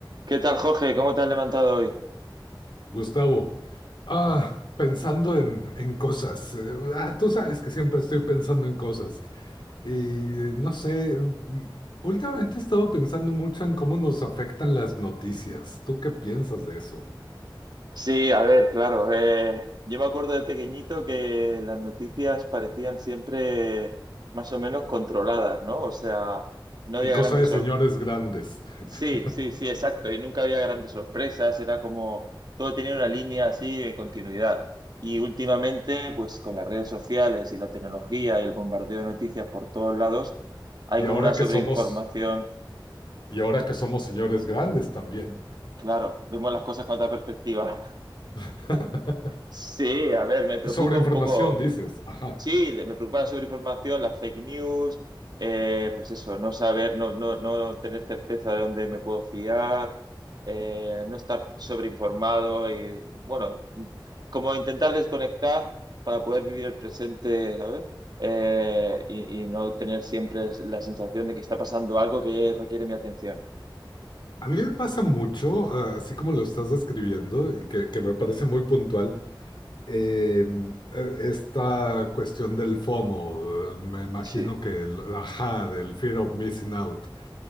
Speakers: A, on the right (about 55°); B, on the left (about 65°).
A: ¿Qué tal, Jorge? ¿Cómo te has levantado hoy?
B: Gustavo, ah, pensando en, en cosas. eh, ah, tú sabes que siempre estoy pensando en cosas. Y no sé, mm, últimamente he estado pensando mucho en cómo nos afectan las noticias. ¿Tú qué piensas de eso?
A: Sí, a ver, claro. eh, yo me acuerdo de pequeñito que las noticias parecían siempre más o menos controladas, ¿no? O sea, no había
B: Y cosa
A: grandes
B: de señores
A: sorpresas.
B: grandes. <laughs>
A: Sí, sí, sí, exacto. Y nunca había grandes sorpresas. Era como todo tenía una línea así de continuidad. Y últimamente, pues con las redes sociales y la tecnología y el bombardeo de noticias por todos lados, hay
B: Y
A: como
B: ahora
A: una sobreinformación.
B: que somos, y ahora que somos señores grandes también.
A: Claro, vemos las cosas con otra perspectiva. <laughs>
B: <laughs>
A: Sí, a ver, me preocupa
B: Sobre información,
A: un poco,
B: dices. Ajá.
A: sí, le- me preocupa la sobreinformación, las fake news, eh, pues eso, no saber, no, no, no tener certeza de dónde me puedo fiar, eh, no estar sobreinformado y, bueno, como intentar desconectar para poder vivir el presente, ¿sabes? Eh, y, y no tener siempre la sensación de que está pasando algo que requiere mi atención.
B: A mí me pasa mucho, ah, así como lo estás describiendo y que, que me parece muy puntual. eh, eh, esta cuestión del FOMO, eh, me imagino
A: Sí,
B: que, el- ajá, del fear of missing out.